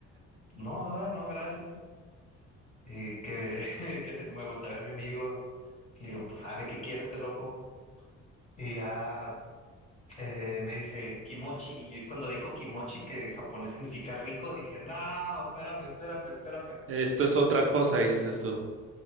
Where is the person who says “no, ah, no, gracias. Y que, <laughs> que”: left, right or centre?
Left